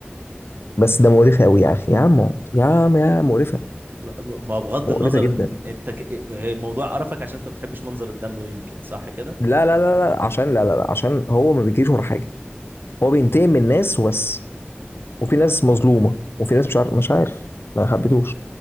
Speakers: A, on the left; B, on the right.
A: بس ده مقرفه قوي يا اخي يا عم يا عم يا مقرفه
B: ب- ما بغض
A: مقرفه
B: النظر
A: جدا
B: ان انت ك... هي موضوع قرفك عشان انت ما بتحبش منظر الدم يمكن صح كده
A: لا لا لا لا عشان لا لا لا عشان هو ما بيجريش ورا حاجه هو بينتقم من الناس وبس وفي ناس مظلومه وفي ناس مش عارف مش عارف ما حبيتوش